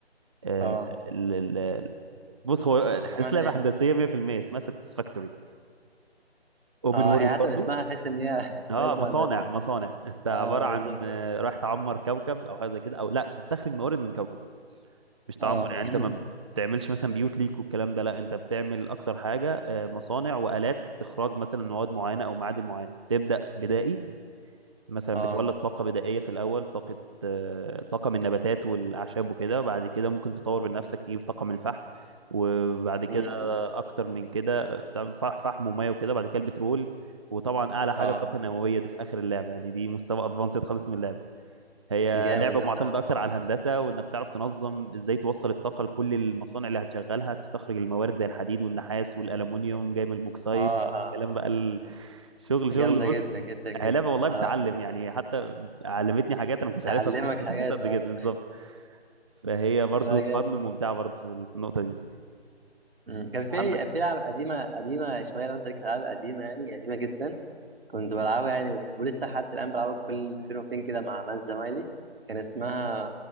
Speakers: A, on the right (about 25°); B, on the right (about 60°).
A: آه،
B: اه
A: ال- ال- ال- بص هو
B: اسمها
A: حاسس لعبه
B: ايه؟
A: هندسيه 100% اسمها ساتسفاكتوري اوبن
B: اه
A: وورلد
B: هي حتى
A: برضو
B: اسمها تحس ان هي <laughs> اسمها
A: اه
B: اسم
A: مصانع
B: هندسي
A: مصانع <laughs> انت
B: اه
A: عباره عن آه، رايح تعمر كوكب او حاجه زي كده او لا تستخرج موارد من كوكب مش تعمر
B: اه
A: يعني انت
B: <clears throat>
A: ما بتعملش مثلا بيوت ليك والكلام ده لا انت بتعمل اكتر حاجه آه، مصانع والات استخراج مثلا مواد معينه او معادن معينه تبدا بدائي مثلا
B: اه
A: بتولد طاقه بدائيه في الاول طاقه آه، طاقه من النباتات والاعشاب وكده وبعد كده ممكن تطور من نفسك تجيب طاقه من الفحم وبعد كده
B: م-م.
A: اكتر من كده بتعمل فح- فحم وميه وكده بعد كده البترول وطبعا اعلى حاجه
B: اه
A: الطاقه النوويه دي في اخر اللعبه يعني دي مستوى ادفانسد خالص من اللعبه هي
B: جامد
A: لعبة
B: جامدة
A: معتمدة
B: أوي
A: أكتر على الهندسة وإنك تعرف تنظم إزاي توصل الطاقة لكل المصانع اللي هتشغلها تستخرج الموارد زي الحديد والنحاس والألمونيوم جاي من البوكسايت
B: اه اه
A: كلام بقى ال- شغل
B: جامدة
A: شغل
B: جدا
A: بص
B: جدا جدا
A: هي لعبة والله بتعلم
B: اه
A: يعني حتى علمتني حاجات أنا ما كنتش
B: تعلمك
A: عارفها في
B: حاجات
A: الهندسة قد
B: اه
A: كده بالظبط فهي برضو
B: لا جامد
A: فن وممتعة برضو في في النقطة دي
B: م. كان في
A: عندك
B: في لعبة قديمة قديمة شوية لو انت ليك في ألعاب قديمة يعني قديمة جدا كنت بلعبها يعني ولسه لحد الآن بلعبها كل فين وفين كده مع ناس زمايلي كان اسمها